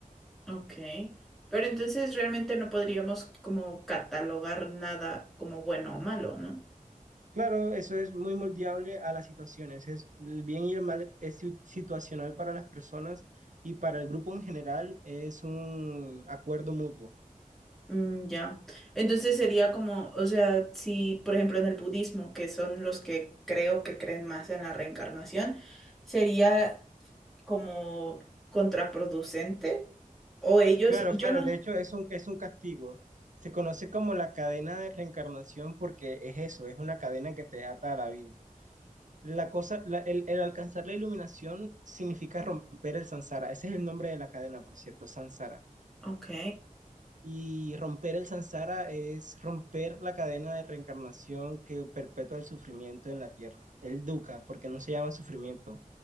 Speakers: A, in the centre; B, on the right (about 60°).
A: Ok. Pero entonces realmente no podríamos como catalogar nada como bueno o malo, ¿no?
B: Claro, eso es muy moldeable a las situaciones. Es, el bien y el mal es si- situacional para las personas y para el grupo en general es un acuerdo mutuo.
A: Mm, ya. Entonces sería como, o sea, si por ejemplo en el budismo, que son los que creo que creen más en la reencarnación, sería como contraproducente o ellos,
B: Claro,
A: yo
B: claro,
A: no.
B: de hecho es un, es un castigo. Se conoce como la cadena de reencarnación porque es eso, es una cadena que te ata a la vida. La cosa, la- el, el alcanzar la iluminación significa romper el samsara. Ese es el nombre de la cadena, por cierto, samsara.
A: Ok,
B: Y romper el samsara es romper la cadena de reencarnación que perpetúa el sufrimiento en la tierra, el dukkha, porque no se llama sufrimiento.